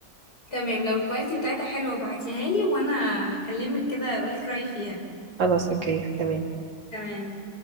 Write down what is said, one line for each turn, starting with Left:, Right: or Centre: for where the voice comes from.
Left: <laughs> تمام لو الكواليتي بتاعتها حلوه ابعتيها لي وانا هكلمك كده اقول لك رايي فيها
Right: خلاص اوكي تمام
Left: تمام